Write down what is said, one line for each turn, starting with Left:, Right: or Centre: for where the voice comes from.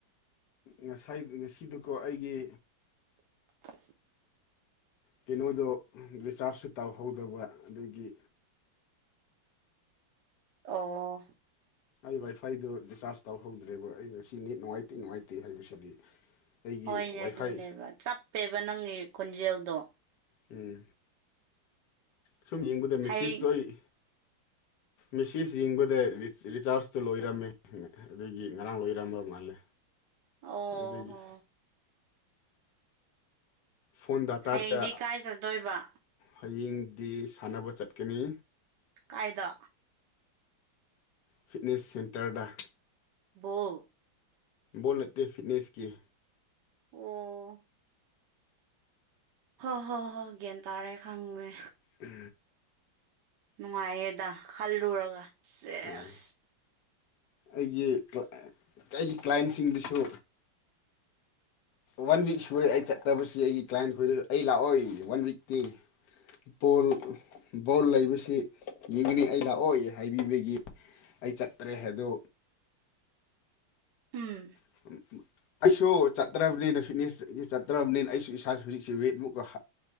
Left: ꯉꯁꯥꯏ ꯉꯁꯤꯗꯨꯀꯣ ꯑꯩꯒꯤ
Right: <unintelligible>
Left: ꯀꯩꯅꯣꯗꯣ ꯔꯤꯆꯥꯔꯖꯁꯨ ꯇꯧꯍꯧꯗꯕ ꯑꯗꯒꯤ
Right: ꯑꯣ
Left: ꯑꯩ ꯋꯥꯏꯐꯥꯏꯗꯣ ꯔꯤꯆꯥꯔꯖ ꯇꯧꯍꯧꯗ꯭ꯔꯦꯕ ꯑꯩ ꯉꯁꯤꯅꯤꯠ ꯅꯨꯡꯉꯥꯏꯇꯦ ꯅꯨꯡꯉꯥꯏꯇꯦ ꯍꯥꯏꯕꯁꯤꯗꯤ ꯑꯩꯒꯤ
Right: ꯍꯣꯏꯅꯦ
Left: ꯋꯥꯏꯐꯥꯏ
Right: ꯑꯗꯨꯅꯦꯕ ꯆꯞꯄꯦꯕ ꯅꯪꯒꯤ ꯈꯣꯟꯖꯦꯜꯗꯣ
Left: ꯎꯝ ꯁꯨꯝ ꯌꯦꯡꯕꯗ ꯃꯦꯁꯦꯖꯇꯣ
Right: ꯍꯌꯦꯡ
Left: ꯑꯩ ꯃꯦꯁꯦꯖ ꯌꯦꯡꯕꯗ ꯔꯤꯆꯥꯔꯖꯇꯣ ꯂꯣꯏꯔꯝꯃꯦ ꯑꯗꯒꯤ ꯉꯔꯥꯡ ꯂꯣꯏꯔꯝꯕ ꯃꯥꯜꯂꯦ
Right: ꯑꯣ
Left: ꯑꯗꯨꯗꯒꯤ
Right: ꯍꯣ
Left: ꯐꯣꯟ ꯗꯥꯇꯥꯗ
Right: ꯍꯌꯦꯡꯗꯤ ꯀꯥꯏ ꯆꯠꯇꯣꯏꯕ
Left: ꯍꯌꯦꯡꯗꯤ ꯁꯥꯟꯅꯕ ꯆꯠꯀꯅꯤ
Right: ꯀꯥꯏꯗ
Left: ꯐꯤꯠꯅꯦꯁ ꯁꯦꯟꯇꯔꯗ
Right: ꯕꯣꯜ
Left: ꯕꯣꯜ ꯅꯠꯇꯦ ꯐꯤꯠꯅꯦꯁꯀꯤ꯫
Right: ꯑꯣ ꯍꯣ ꯍꯣ ꯍꯣ ꯒ꯭ꯌꯥꯟ ꯇꯥꯔꯦ ꯈꯪꯉꯦ
Left: ꯎꯝ
Right: ꯅꯨꯡꯉꯥꯏꯌꯦꯗ ꯈꯜꯂꯨꯔꯒ ꯆꯦꯁ
Left: ꯍꯣꯏ ꯑꯩꯒꯤ ꯑꯩꯒꯤ ꯀ꯭ꯂꯥꯏꯟꯁꯤꯡꯗꯨꯁꯨ ꯋꯥꯟ ꯋꯤꯛ ꯁꯨꯔꯦ ꯑꯩ ꯆꯠꯇꯕꯁꯤ ꯑꯩꯒꯤ ꯀ꯭ꯂꯥꯏꯟ ꯈꯣꯏꯗꯖꯨ ꯑꯩ ꯂꯥꯛꯑꯣꯏ ꯋꯥꯟ ꯋꯤꯛꯇꯤ ꯕꯣꯜ ꯕꯣꯜ ꯂꯩꯕꯁꯤ ꯌꯦꯡꯒꯅꯤ ꯑꯩ ꯂꯥꯛꯑꯣꯏ ꯍꯥꯏꯕꯤꯕꯒꯤ ꯑꯩ ꯆꯠꯇ꯭ꯔꯦ ꯍꯥꯏꯗꯣ
Right: ꯎꯝ
Left: <unintelligible> ꯑꯩꯁꯨ ꯆꯠꯇ꯭ꯔꯕꯅꯤꯅ ꯐꯤꯠꯅꯦꯁ ꯆꯠꯇ꯭ꯔꯕꯅꯤꯅ ꯑꯩꯁꯨ ꯏꯁꯥꯁꯦ ꯍꯧꯖꯤꯛꯁꯤ ꯋꯦꯠꯃꯨꯛꯀ